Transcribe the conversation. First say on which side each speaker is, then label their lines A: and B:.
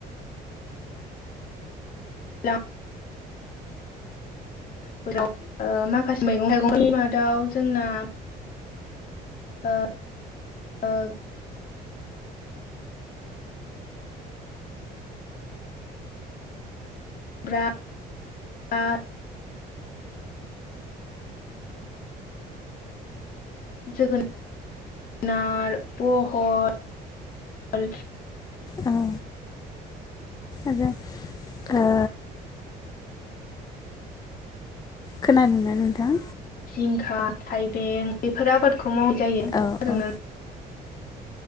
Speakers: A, on the left; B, on the left.
A: <unintelligible> फोराव माखासे मैगं थाइगं फोरनि मादाव जोंना ओ <inaudible> ब्रा आ <unintelligible> जोगोनार बहल
B: औ आरो ओ खोनादोंना नोंथां
A: जिंखा थाइबें बेफोर आबादखौ मावनाय जायो
B: औ औ
A: <unintelligible>